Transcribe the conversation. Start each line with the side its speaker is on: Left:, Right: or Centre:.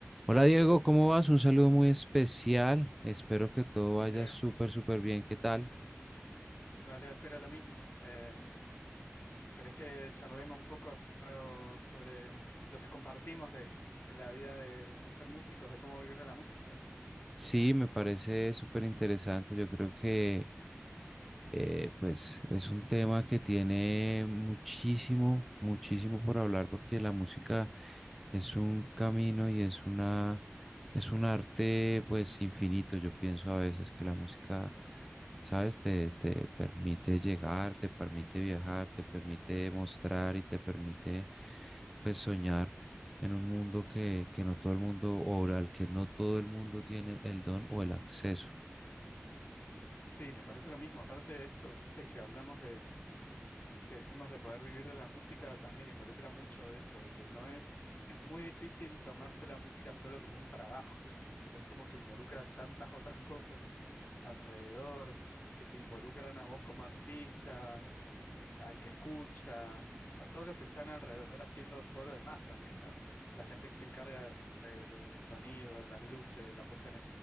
Centre: Hola Diego, ¿cómo vas? Un saludo muy especial. Espero que todo vaya
Left: Leo,
Centre: súper, súper bien. ¿Qué tal?
Left: hola Leo, espero lo mismo. Em, ¿querés que charlemos un poco eh, sobre lo que compartimos de la vida de, de ser músicos, de cómo vivir de la música?
Centre: Sí, me parece súper interesante. Yo creo que Eh, pues es un tema que tiene muchísimo, muchísimo por hablar porque la música es un camino y es una, es un arte pues infinito. Yo pienso a veces que la música, sabes, te, te permite llegar, te permite viajar, te permite mostrar y te permite pues soñar en un mundo que, que no todo el mundo o al que no todo el mundo tiene el don o el acceso.
Left: Sí, me parece lo mismo. Aparte de esto, viste que hablamos de, que decimos de poder vivir de la música, también involucra mucho de eso, de que no es, es muy difícil tomarse la música solo como un trabajo. Es como que involucra tantas otras cosas. alrededor, que te involucran a vos como artista, al que escucha, a todos los que están alrededor haciendo todo lo demás también, ¿no? La gente que se encarga del sonido, de las luces, de la puesta en